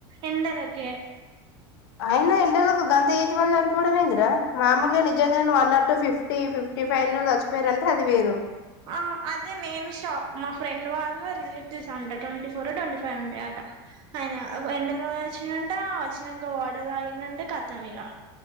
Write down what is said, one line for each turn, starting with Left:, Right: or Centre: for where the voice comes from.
Right: ఎండలకే
Left: అయినా ఎండలకు గంత ఏజ్ వల్ జన్ పోవడమ్ ఏందిరా మామూలు నిజంగా నువ్ అన్నట్టు ఫిఫ్ టీ ఫిఫ్టీ ఫైనోల్ జచ్చిపోయ్ రంటే అది వేరు
Right: ఆ అదే నేన్ షాక్ మా ఫ్రెండ్ వాళ్ళ రిలేటివ్స్ అంట టోంటి ఫోరో టోంటి ఫైవ్ ఉంటయంట అయ్ నా ఆ ఎండలో ఓయోచ్చినంట ఒచ్చినంక వాటర్ ఓడ తాగిన్ అంట కతమిగా